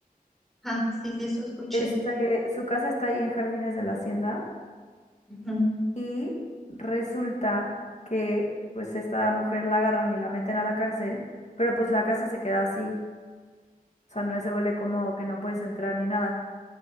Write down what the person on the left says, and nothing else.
Este, su casa está ahí en Jardines de la Hacienda
Y resulta que pues esta mujer la agarran y la meten a la cárcel, pero pues la casa se queda así, o sea, no se vuelve como que no puedes entrar ni nada.